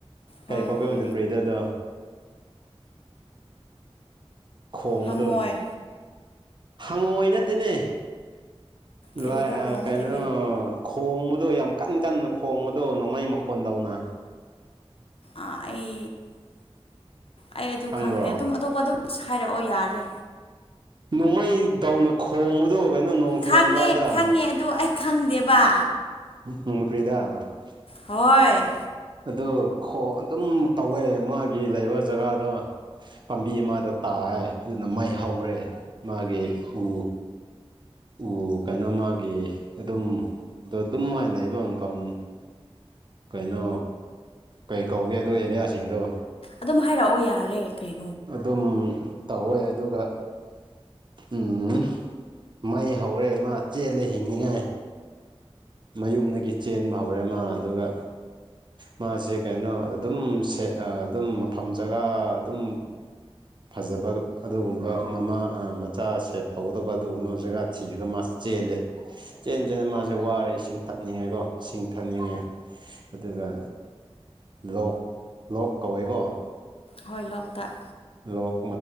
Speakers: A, on the right; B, on the left.
A: ꯀꯩ
B: ꯍꯣꯏ
A: ꯀꯧꯒꯦ
B: ꯍꯣꯏ
A: ꯃꯅꯤꯄ꯭ꯔꯤꯗ ꯑꯗꯣ ꯈꯣꯡ
B: ꯍꯪꯉꯣꯏ
A: ꯕꯗꯣ ꯍꯪꯉꯣꯏ ꯅꯠꯇꯦꯅꯦ
B: ꯀꯔꯤꯔꯣ
A: ꯂ
B: ꯍꯪꯉꯣꯏ
A: ꯑꯥ ꯀꯩꯅꯣ
B: ꯅꯠꯇ꯭ꯔꯦ
A: ꯈꯣꯡꯕ ꯑꯗꯣ ꯌꯥꯝ ꯀꯟ ꯀꯟꯅ ꯈꯣꯡꯕꯗꯣ ꯅꯣꯡꯃꯩ ꯃꯈꯣꯟꯗꯧꯅ
B: ꯑꯥ ꯑꯩ ꯑꯩ ꯑꯗꯨ
A: ꯈꯪꯕ꯭ꯔꯣ
B: ꯈꯪꯗꯦ ꯑꯗꯨꯝ ꯑꯇꯣꯞꯄ ꯑꯗꯨꯝ ꯍꯥꯏꯔꯛꯑꯣ ꯌꯥꯔꯦ
A: ꯅꯣꯡꯃꯩ ꯗꯧꯅ ꯈꯣꯡꯕꯗꯣ ꯀꯩꯅꯣ ꯅꯣꯡ ꯆꯨꯔꯝꯗꯥꯏꯗ
B: ꯈꯪꯉꯦ ꯈꯪꯉꯦ ꯑꯗꯨ ꯑꯩ ꯈꯪꯗꯦꯕ
A: <unintelligible>
B: ꯍꯣꯏ
A: ꯑꯗꯨ ꯈꯣꯡ ꯑꯗꯨꯝ ꯇꯧꯋꯦ ꯃꯥꯒꯤ ꯂꯩꯕ ꯖꯒꯥꯗꯣ ꯄꯥꯝꯕꯤ ꯑꯃꯗ ꯇꯥꯑꯦ ꯑꯗꯨꯅ ꯃꯩ ꯍꯧꯔꯦ ꯃꯥꯒꯤ ꯎ ꯎ ꯀꯩꯅꯣ ꯃꯥꯒꯤ ꯑꯗꯨꯝ ꯑꯗꯨꯝ ꯃꯥꯏꯅ ꯂꯩꯕ ꯃꯐꯝ ꯀꯩꯅꯣ ꯀꯩ ꯀꯧꯒꯦ ꯑꯗꯨ ꯑꯦꯔꯤꯌꯥꯁꯤꯡꯗꯣ
B: ꯑꯗꯨꯝ ꯍꯥꯏꯔꯛꯑꯣ ꯌꯥꯔꯦ ꯀꯩ
A: ꯑꯗꯨꯝ ꯇꯧꯋꯦ ꯑꯗꯨꯒ ꯎꯝ ꯃꯩ ꯍꯧꯔꯦ ꯃꯥ ꯆꯦꯜꯂꯦ ꯍꯤꯡꯅꯤꯡꯉꯥꯏ ꯃꯌꯨꯝꯗꯒꯤ ꯆꯦꯟꯕ ꯍꯧꯔꯦ ꯃꯥ ꯑꯗꯨꯒ ꯃꯥꯁꯦ ꯀꯩꯅꯣ ꯑꯗꯨꯝ ꯁꯦ ꯑ ꯑꯗꯨꯝ ꯃꯐꯝ ꯖꯒꯥ ꯑꯗꯨꯝ ꯐꯖꯕ ꯑꯗꯨꯒꯨꯝꯕ ꯃꯃꯥ ꯃꯆꯥ ꯁꯦꯞ ꯇꯧꯒꯗꯕ ꯑꯗꯨꯒꯨꯝꯕ ꯖꯒꯥ ꯊꯤꯔꯒ ꯃꯥ ꯆꯦꯜꯂꯦ ꯆꯦꯟ ꯆꯦꯟ ꯅ ꯃꯥꯁꯦ ꯋꯥꯔꯦ ꯏꯁꯤꯡ ꯊꯛꯅꯤꯡꯉꯦꯀꯣ ꯏꯁꯤꯡ ꯊꯛꯅꯤꯡꯉꯦ ꯑꯗꯨꯒ ꯂꯣꯛ ꯂꯣꯛ ꯀꯧꯋꯦꯀꯣ
B: ꯍꯣꯏ ꯂꯣꯛꯇꯥꯛ
A: ꯂꯣꯛ